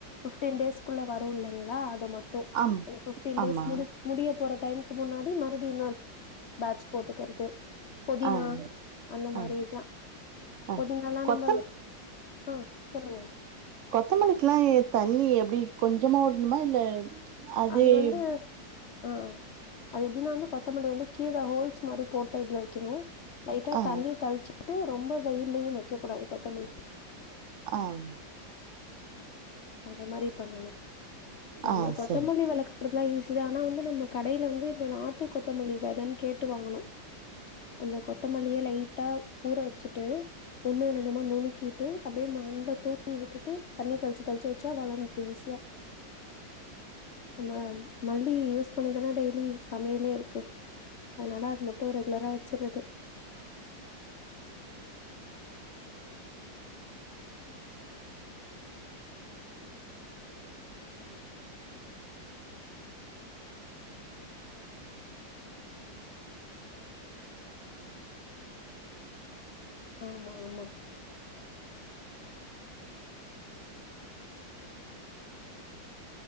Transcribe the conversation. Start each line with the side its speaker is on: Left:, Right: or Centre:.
Left: ஃபிவ்டின் டேஸ் வரும் இல்லைங்ளா அத மட் ட்டு
Right: ஆம்
Left: அந்த ஃபிஃப்டின்
Right: ஆமா
Left: டேஸ் மு முடிய போற டைமு கு முன்னாடி ம மறுப்டி இன்னொரு பேட்ச் போட்டுக்கறது புதினா
Right: ஆ
Left: அந்த மாரி
Right: ஆ
Left: தா
Right: ஆ
Left: ஒர்ஜினல்லா
Right: கொத்தம்
Left: நம்ப ஆ சொல்லுங்க
Right: கொத்தமல்லிக்கில்லா எத் தண்ணி எப்புடி கொஞ்சமா உட்ணுமா இல்ல அதேப்
Left: அது வந்து ஆ அது எப்டின்னா வந்து கொத்தமல்லி வந்து கீழே ஹோல்ஸ் மாரி போட்ட இதுல வெக் கினு லைட்டா
Right: ஆ
Left: தண்ணி தள்ச்சு ட்டு ரொம்ப வெயில்லியு வெக்கக்கூடாது கொத்தமல்லி
Right: ஆம்
Left: அத மாரி பண்ணனு நம்ம
Right: ஆ
Left: கொத்தமல்லி
Right: சரி
Left: <unintelligible> ஈசி தா நா வந்து நம்ம கடைல வந்து இந்த நாட்டு கொத்தமல்லி வெதன் கேட்டு வாங்குனு அந்த கொத்தமல்லிய லைட்டா ஊற வச்சுட்டு ஒண்ணு ரெண்டுமா நுணுக்கிட்டு அப்டியே மண்ல தூவி விட்டுட்டு தண்ணி தள்ச்சி தெள்ச்சு வெச்சா <unintelligible> ஈஸியா நம்ம மல்லி யூஸ் பண்ணிதன டெய்லி சமையலே இருக்கு அதனால அது மட்டும் ரெகுலரா வச்சுட்ரது ஆமா ஆமா